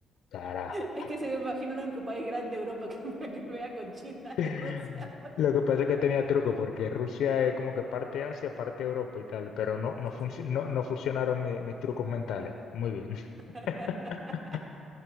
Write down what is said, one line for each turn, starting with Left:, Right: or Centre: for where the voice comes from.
Left: Carajo.
Right: Es que se me imagino en un país grande de Europa que, me- que vea con China,
Left: <laughs>
Right: <laughs> es Rusia.
Left: Lo que pasa es que tenía truco, porque Rusia es como que parte Asia, parte Europa y tal, pero no,
Right: Sí,
Left: no,
Right: sí,
Left: func-
Right: sí, pero
Left: no,
Right: dijiste.
Left: no funcionaron mi- mis trucos mentales. Muy bien.
Right: <laughs>
Left: <laughs>